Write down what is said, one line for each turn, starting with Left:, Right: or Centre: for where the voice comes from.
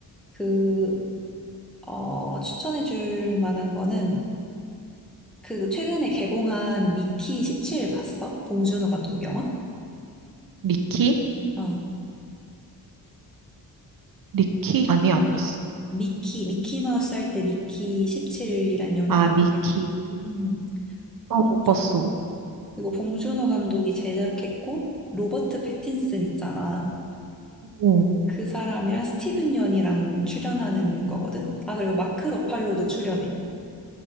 Centre: 그, 어, 추천해줄 만한 거는, 그, 최근에 개봉한 미키 17 봤어? 봉준호 감독 영화?
Right: 미키?
Centre: 어,
Right: 미키? 아니, 안 봤어.
Centre: 미키, 미키 마우스 할 때 미키 17이란 영화,
Right: 아,
Centre: 있-
Right: 미키.
Centre: 음,
Right: 어,
Centre: 봉-
Right: 못 봤어.
Centre: 이거 봉준호 감독이 제작했고, 로버트 패틴슨 있잖아.
Right: 오
Centre: 그 사람이랑 스티븐 연이랑 출연하는 거거든. 아, 그리고 마크 러팔로도 출연해.